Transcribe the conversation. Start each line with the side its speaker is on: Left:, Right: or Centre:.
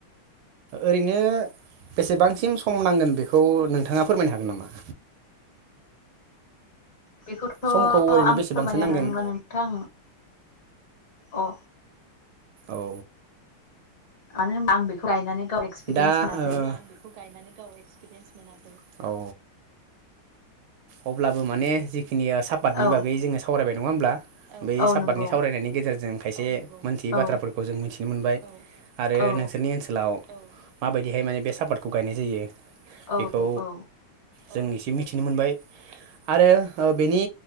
Right: ओरैनो बेसेबांसिम सम नांगोन बेखौ नोंथाङा फोरमायनो हागोन नामा?
Left: बेखौथ'
Right: समखौ ओरैनो
Left: आं
Right: बेसेबांसो
Left: फोरमायनो
Right: नांगोन
Left: हानाय नंला नोंथां अ
Right: औ
Left: मानो होनबा आं बेखौ गायनानै गाव एक्सपिरियेन्स
Right: दा
Left: मोनाखै
Right: बे गायनानै गाव एसपिरियेन्स मोनै औ अब्लाबो माने बेखिनिया सापादनि
Left: औ
Right: बागै जोङो सावरायबाय नङा होमब्ला बै
Left: औ
Right: सापादनि
Left: नंगौ
Right: सावरायनायनि गेजेरजों खायसे मोनथियै
Left: औ
Right: बाथ्राफोरखौ जों मिथि नुनो मोनबाय आरो
Left: औ
Right: नोंसोरनि ओनसोलाव माबायदिहाय माने बे सापातखौ गायनाय जायो। बेखौ
Left: औ औ
Right: जों एसे मिथिनो मोनबाय आरो बेनि